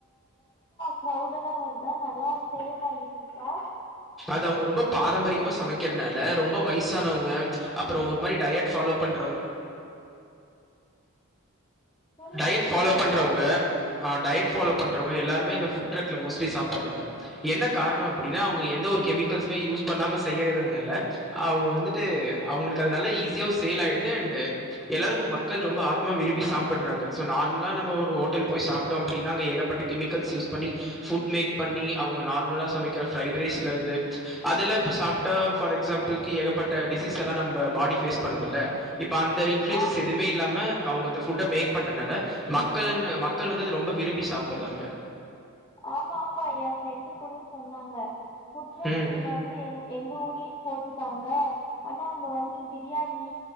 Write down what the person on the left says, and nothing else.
க்ரௌட் எல்லா வருதா நல்லா சேல் ஆயிட்ருக்கா
சொல்லுங்க
சொல்லுங்க
ஆ
ஆமா ஆமா என் ஃப்ரெண்டு கூட சொன்னாங்க ஓகே ஓகே
இது மாதிரி எ எங்க ஊர்லயும் போட்டிருக்காங்க ஆனா அங்க வந்து பிரியாணி